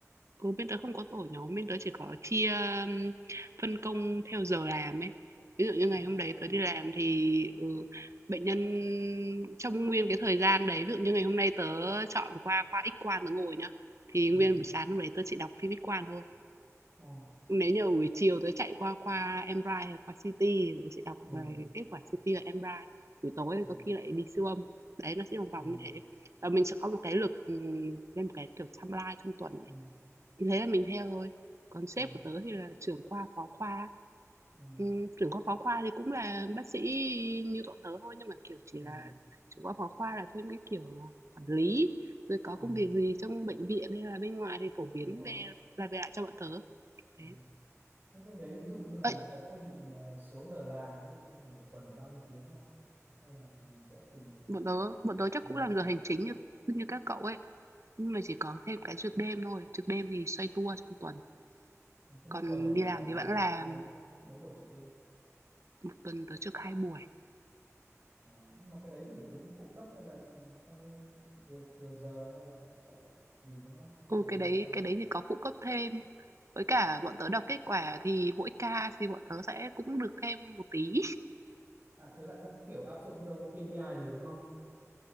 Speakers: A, on the right; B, on the right.
A: Ừ, bên tớ không có tổ nhóm, bên tớ chỉ có chia um, phân công theo giờ làm ấy. Ví dụ như
B: à
A: ngày hôm đấy tớ đi làm thì ừ, bệnh nhân trong nguyên cái thời gian đấy, ví dụ như ngày hôm nay tớ chọn qua khoa X quang tớ ngồi nhá, thì
B: ừ
A: nguyên buổi sáng hôm đấy tớ chỉ đọc phim X quang thôi.
B: ừ
A: Nếu như buổi chiều tớ chạy qua khoa MRI hay khoa CT thì tớ sẽ đọc
B: ừ
A: về kết quả CT và MRI. Buổi tối
B: ừ
A: thì có khi lại đi siêu âm. Đấy, nó sẽ vòng vòng
B: ừ
A: như thế. Và mình sẽ có một cái lịch ừ, lên một cái kiểu timeline trong tuần ấy
B: ừ
A: thì thế là mình theo thôi còn sếp
B: ừ ừ
A: của tớ thì là trưởng khoa phó khoa
B: ừ
A: Ừm, trưởng khoa phó khoa thì cũng là bác sĩ như bọn tớ thôi nhưng mà kiểu chỉ
B: ừ, ừ.
A: là trưởng khoa phó khoa là thêm cái kiểu là quản lý rồi có
B: ừ,
A: công việc gì trong bệnh viện hay là bên ngoài thì phổ biến
B: đúng rồi
A: về là về lại cho bọn tớ
B: Ừ.
A: thế
B: Thế bên đấy ví dụ như là
A: ấy
B: nó có quy định ờ, số giờ làm ví dụ như là một tuần bao nhiêu tiếng không hay là mình sẽ tùy từ
A: bọn tớ
B: từng
A: bọn tớ chắc
B: từng
A: cũng
B: đợt
A: làm giờ
B: một
A: hành chính như như các cậu ấy nhưng mà chỉ có thêm cái trực đêm thôi trực đêm thì xoay tua trong tuần
B: thế một
A: còn
B: tuần thì mấy
A: đi làm
B: phải mấy
A: thì vẫn làm
B: mấy mấy buổi trực đêm
A: một tuần tớ trực hai buổi
B: à, nhưng mà cái đấy thì phải tính phụ cấp hay là theo giờ, thừa giờ hay là gì đúng không hay
A: ừ
B: là
A: cái
B: nó
A: đấy
B: theo
A: cái đấy thì có phụ cấp thêm Với
B: ừ.
A: cả bọn tớ đọc kết quả thì mỗi ca thì bọn tớ sẽ cũng được thêm một tí.
B: à thế là cũng kiểu áp dụng theo KPI rồi đúng không